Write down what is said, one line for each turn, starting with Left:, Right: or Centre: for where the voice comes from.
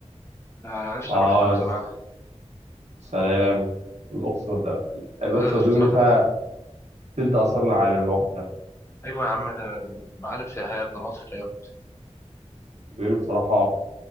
Left: انا نفسي
Right: آه
Left: اروح من زمان
Right: س- سلام الأقصر ده الأقصر
Left: آه، بس
Right: دي بيقولوا
Left: أروح-
Right: فيها تلت آثار العالم لوحدها
Left: ايوه يا عم ده معالم سياحيه يا ابن مصر يا ابني.
Right: بيقولوا بصراحة